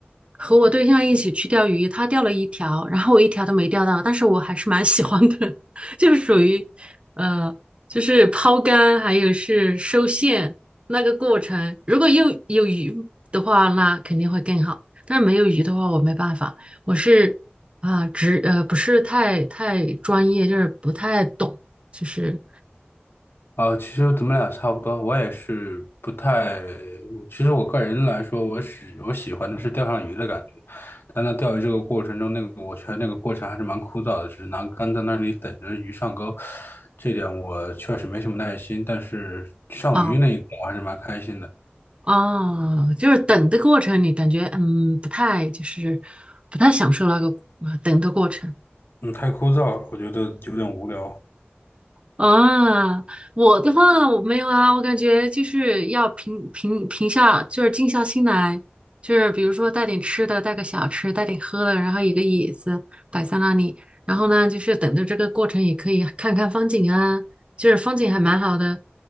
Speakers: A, on the right; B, on the left.
A: 和我对象一起去钓鱼，他钓了一条，然后我一条都没钓到，但是我还是蛮喜欢的，<laughs> 就是属于呃，就是抛竿还有是收线那个过程。如果又有鱼的话，那肯定会更好。但是没有鱼的话，我没办法，我是啊，只呃不是太太专业，就是不太懂，就是。
B: 呃，其实咱们俩差不多，我也是不太，其实我个人来说，我喜我喜欢的是钓上鱼的感觉，但在钓鱼这个过程中，那个我觉得那个过程还是蛮枯燥的，只是拿竿在那里等着鱼上钩，这点我确实没什么耐心，但是上鱼那一刻我还是蛮开心的。
A: 啊。哦，就是等的过程，你感觉嗯不太就是不太享受那个呃等的过程
B: 嗯，太枯燥了，我觉得有点无聊。
A: 啊。我的话我没有啊，我感觉就是要平平平下，就是静下心来，就是比如说带点吃的，带个小吃，带点喝的，然后一个椅子摆在那里，然后呢就是等着这个过程也可以看看风景啊，就是风景还蛮好的，